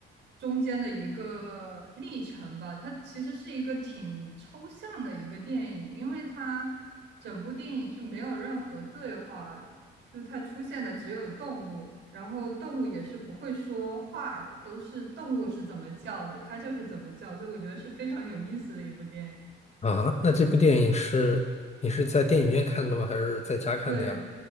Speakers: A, on the right; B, on the left.
A: 中间的一个历程吧。它其实是一个挺抽象的一个电影，因为它整部电影是没有任何对话的，就是它出现的只有动物。然后动物也是不会说话的，都是动物是怎么叫的，它就是怎么叫，所以我觉得是非常有意思的一部电影。
B: 啊，那这部电影是你是在电影院看的吗？还是在家看的呀？
A: 对，